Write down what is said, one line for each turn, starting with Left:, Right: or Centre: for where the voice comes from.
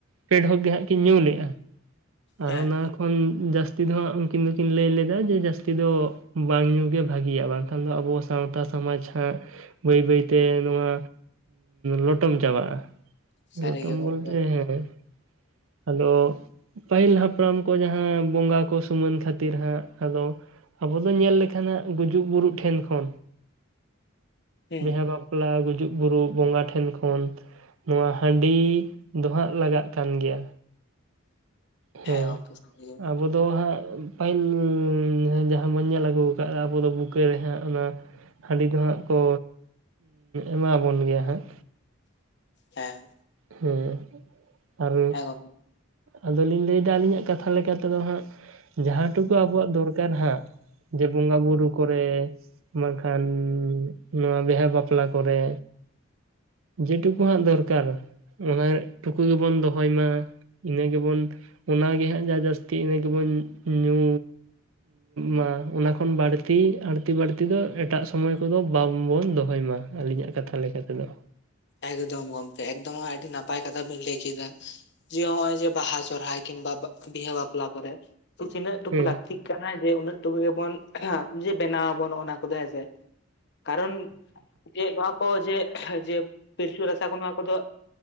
Right: ᱯᱮ ᱰᱷᱚᱠ ᱜᱮ ᱦᱟᱸᱜ ᱠᱤᱱ ᱧᱩ ᱞᱮᱜᱼᱟ ᱟᱨ
Left: ᱦᱮᱸ
Right: ᱚᱱᱟ ᱩᱱ ᱡᱟᱹᱥᱛᱤ ᱫᱚ ᱦᱟᱸᱜ ᱩᱱᱠᱤᱱ ᱫᱚᱠᱤᱱ ᱞᱟᱹᱭ ᱞᱮᱫᱟ ᱡᱮ ᱡᱟᱹᱥᱛᱤ ᱫᱚ ᱵᱟᱝ ᱧᱩ ᱜᱮ ᱵᱷᱟᱜᱮᱤᱭᱟ ᱵᱟᱝᱠᱷᱟᱱ ᱫᱚ ᱟᱵᱚ, ᱥᱟᱸᱶᱛᱟ ᱥᱚᱢᱟᱡ ᱦᱟᱸᱜ, ᱵᱟᱹᱭ ᱵᱟᱹᱭᱛᱮ ᱱᱚᱣᱟ ᱞᱚᱴᱚᱢ ᱪᱟᱵᱟᱜᱼᱟ᱾ ᱱᱚᱛᱚᱢ
Left: ᱥᱟᱹᱨᱤ ᱜᱮ ᱜᱚᱢᱠᱮ
Right: ᱵᱚᱞᱛᱮ ᱦᱮᱸ ᱟᱫᱚ, ᱯᱟᱹᱦᱤᱞ ᱦᱟᱯᱲᱟᱢ ᱠᱚ ᱡᱟᱦᱟᱸ ᱵᱚᱸᱜᱟ ᱠᱚ ᱥᱩᱢᱟᱹᱱ ᱠᱷᱟᱹᱛᱤᱨ ᱦᱟᱸᱜ ᱟᱫᱚ, ᱟᱵᱚ ᱫᱚ ᱧᱮᱞ ᱞᱮᱠᱷᱟᱱ ᱦᱟᱸᱜ ᱜᱩᱡᱩᱜ ᱵᱩᱨᱩᱜ ᱴᱷᱮᱱ ᱠᱷᱚᱱ,
Left: ᱦᱩᱸ
Right: ᱵᱮᱦᱟ ᱵᱟᱯ ᱵᱟᱯᱞᱟ ᱜᱩᱡᱩᱜ ᱵᱩᱨᱩᱜ ᱵᱚᱸᱜᱟ ᱴᱷᱮᱱ ᱠᱷᱚᱱ᱾ ᱱᱚᱣᱟ ᱦᱟᱺᱰᱤ ᱫᱚ ᱦᱟᱸᱜ ᱞᱟᱜᱟᱜ ᱠᱟᱱ ᱜᱮᱭᱟ᱾ ᱦᱮᱸ,
Left: ᱜᱚᱢᱠᱮ ᱥᱟᱹᱨᱤ ᱜᱮ
Right: ᱟᱵᱚ ᱫᱚ ᱦᱟᱸᱜ ᱯᱟᱹᱦᱤᱞ ᱡᱟᱦᱟᱸ ᱵᱚᱱ ᱧᱮᱞ ᱟᱹᱜᱩ ᱠᱟᱜ-ᱟ ᱟᱵᱚ ᱫᱚ ᱵᱩᱠᱟᱹ ᱨᱮ ᱦᱟᱸᱜ ᱚᱱᱟ ᱦᱟᱺᱰᱤ ᱫᱚ ᱦᱟᱸᱜ ᱠᱚ ᱮᱢᱟᱵᱚᱱ ᱜᱮᱭᱟ ᱦᱟᱸᱜ᱾
Left: ᱦᱮᱸ,
Right: ᱦᱩᱸ ᱟᱨ
Left: ᱦᱮᱸ ᱜᱚᱢᱠᱮ
Right: ᱟᱫᱚᱞᱤᱧ ᱞᱟᱹᱭᱫᱟ ᱟᱹᱞᱤᱧᱟᱜ ᱠᱟᱛᱷᱟ ᱞᱮᱠᱟᱛᱮᱫᱚ ᱦᱟᱸᱜ ᱡᱟᱦᱟᱸ ᱴᱩᱠᱩ ᱟᱵᱚᱣᱟᱜ ᱫᱚᱨᱠᱟᱨ ᱦᱟᱸᱜ? ᱡᱮ ᱵᱚᱸᱜᱟ ᱵᱩᱨᱩ ᱠᱚᱨᱮ, ᱵᱟᱝᱠᱷᱟᱱ ᱱᱚᱣᱟ ᱵᱤᱦᱟᱹ ᱵᱟᱯᱞᱟ ᱠᱚᱨᱮ, ᱡᱮᱴᱩᱠᱩ ᱦᱟᱸᱜ ᱫᱚᱨᱠᱟᱨ ᱚᱱᱟ ᱴᱩᱠᱩ ᱜᱮᱵᱚᱱ ᱫᱚᱦᱚᱭ ᱢᱟ᱾ ᱤᱱᱟᱹ ᱜᱮᱵᱚᱱ ᱚᱱᱟᱜᱮ ᱦᱟᱸᱜ ᱡᱟᱦᱟᱸ ᱡᱟᱹᱥᱛᱤ ᱤᱱᱟᱹ ᱜᱮᱵᱚᱱ ᱧᱩ ᱢᱟ ᱚᱱᱟ ᱠᱷᱚᱱ ᱵᱟᱹᱲᱛᱤ ᱟᱹᱲᱛᱤ ᱵᱟᱹᱲᱛᱤ ᱫᱚ ᱮᱴᱟᱜ ᱥᱚᱢᱚᱭ ᱠᱚᱫᱚ ᱵᱟᱝᱵᱚᱱ ᱫᱚᱦᱚᱭ ᱢᱟ᱾ ᱟᱹᱞᱤᱧᱟᱜ ᱠᱟᱛᱷᱟ ᱞᱮᱠᱟᱛᱮ ᱫᱚ᱾
Left: ᱮᱠᱫᱚᱢ ᱜᱚᱢᱠᱮ ᱮᱠᱫᱚᱢ ᱟᱹᱰᱤ ᱱᱟᱯᱟᱭ ᱠᱟᱛᱷᱟ ᱵᱤᱱ ᱞᱟᱹᱭ ᱠᱮᱫᱟ᱾ ᱡᱮ ᱦᱚᱸᱜᱼᱚᱭ ᱡᱮ ᱵᱟᱦᱟ ᱥᱚᱨᱦᱟᱭ ᱠᱤᱢᱵᱟ ᱵᱤᱦᱟᱹ ᱵᱟᱯᱞᱟ ᱠᱚᱨᱮ᱾ ᱛᱤᱱᱟᱹᱜ ᱴᱩᱠᱩ
Right: ᱦᱮᱸ
Left: ᱞᱟᱹᱠᱛᱤᱜ ᱠᱟᱱᱟ ᱡᱮ ᱩᱱᱟᱹᱜ ᱴᱩᱠᱩ ᱜᱮᱵᱚᱱ ᱡᱮ ᱵᱮᱱᱟ ᱟᱵᱚᱱ ᱚᱱᱟ ᱠᱚᱫᱚ ᱦᱮᱸᱥᱮ? ᱠᱟᱨᱚᱱ ᱡᱮ ᱱᱚᱣᱟ ᱠᱚ ᱡᱮ ᱡᱮ ᱯᱤᱞᱪᱩ ᱨᱟᱥᱟ ᱠᱚ ᱱᱚᱣᱟ ᱠᱚᱫᱚ,